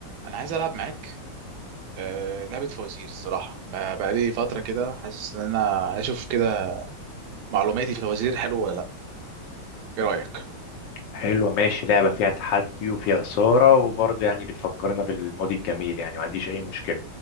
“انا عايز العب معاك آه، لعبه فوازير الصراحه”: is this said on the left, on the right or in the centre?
Right